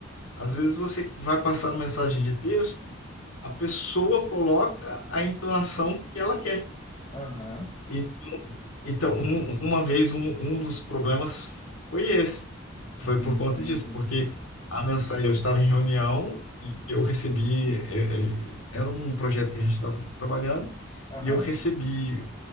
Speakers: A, on the left; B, on the left.
A: Às vezes você vai passar uma mensagem de texto a pessoa coloca a entonação que ela quer.
B: Aham,
A: E, então, um, uma vez, um, um dos problemas foi esse.
B: hum,
A: Foi por conta
B: entendi.
A: disso, porque a mensagem, eu estava em reunião e eu recebi, eh, eh, era um projeto que a gente estava trabalhando,
B: Aham,
A: e eu recebi